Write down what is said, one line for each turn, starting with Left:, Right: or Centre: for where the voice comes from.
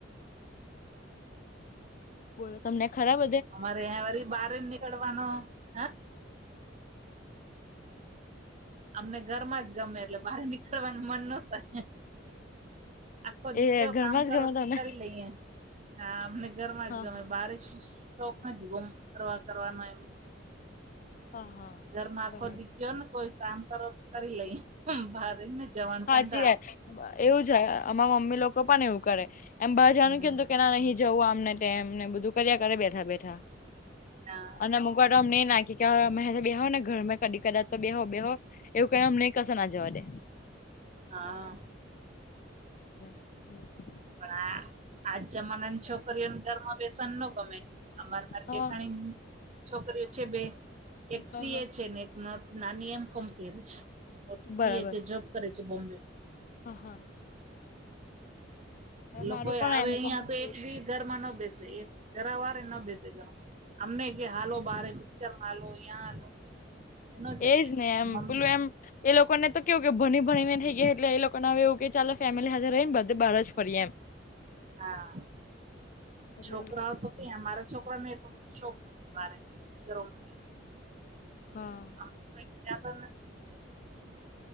Left: બોલો તમને ખરાબ
Right: અમારે અં વારી બહાર જ નીકળવાનો હ અમને ઘરમાં જ ગમે એટલે બહાર નીકળવાનું મન ન થાય. આખો <unintelligible>
Left: એ ઘરમાં
Right: કામ
Left: જ
Right: કરો
Left: ગમે
Right: ત
Left: તમને
Right: કરી લઈએ. હા અમને ઘરમાં
Left: હા
Right: જ ગમે
Left: હા
Right: બારીશ શોખ નથી ગમ ફરવા કરવાનો એમ
Left: હા હા
Right: ઘર માં આખો
Left: બરાબર
Right: દીખ્યો ને કોઈ કામ કરો તો કરી લઈ બારેને જવાનું
Left: હાચી
Right: કંંટાળ
Left: વાત એવું જાય અમા મમ્મી લોકો પણ એવું કરે એમ બહાર જવાનું
Right: હમ
Left: કેમ તો કેના નહીં જવું આમને તેમમ ને બધું કર્યા કરે બેઠા બેઠા.
Right: હા
Left: અને અમૂકવાર તો અમને નાં નાખી કે અમે બે હો ને ઘરમાં કદા તો બેવ બેહો એવું કયને અમને કસે ક્સેના જવાડે
Right: હા
Left: <unintelligible>
Right: પણ આ આજ જમાનાની છોકરીઓને ઘરમાં ફેશન ન ગમે અમા
Left: હા
Right: જેઠાણી છોકરીઓ છે બે એક
Left: હા
Right: સી.
Left: હા
Right: એ છે ને એક નટ નાની એમ કંપની મોટી
Left: બરાબર
Right: સીએ છે જોબ કરે છે બોમ્બે
Left: હા હા
Right: લોકો
Left: મારું પણ
Right: આવે
Left: એમ
Right: અહિયાં
Left: કોમર્સ
Right: તો એક બી ઘરમાં ન બેસે જરા વારે ન બેસે ઘર અમને કે હાલો બારે ચર આલો યાં લો અ ન જઈએ
Left: એજ ને એમ
Right: મમ્મી
Left: પેલું એમ એ લોકોને તો કેવું કે ભણી ભણી ને થઈ ગયા એટલે એ લોકોને હવે એવું કે ચાલલે ફેમિલી હાથે રહી ને બધા બાર જ ફરી એમ <inaudible>
Right: હા
Left: એટલે
Right: છોકરાઓ તો ક મારા છોકરાને એટલો બધો શોખ નથી બાર પિક્ચરોમાં
Left: હા
Right: <unintelligible> કારણ